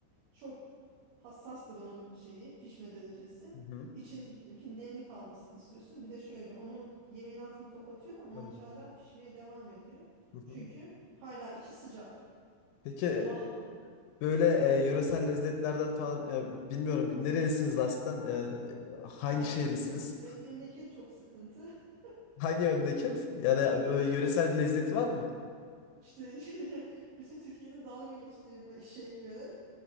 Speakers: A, on the right; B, on the left.
A: çok hassas onun şeyi pişme derecesi.
B: Hı hı.
A: İçinin diyelim ki nemli kalmasını istiyorsun. Bir de şöyle onu yemeğin altını kapatıyorsun ama
B: Anladım.
A: o içeriden pişmeye devam ediyor.
B: Hı
A: Çünkü
B: hı.
A: hala içi sıcak.
B: Peki e,
A: Doğal olarak.
B: böyle e, yöresel lezzetlerden falan ya bilmiyorum nerelisiniz aslında yani e, hangi
A: Ya
B: şehirlisiniz?
A: işte benim mem- memleket çok sıkıntı. <laughs>
B: Hangi memleket? Yani böyle yöresel bir lezzet var mı?
A: İşte <laughs> bütün Türkiye'nin dalga geçtiği bir şey yöre.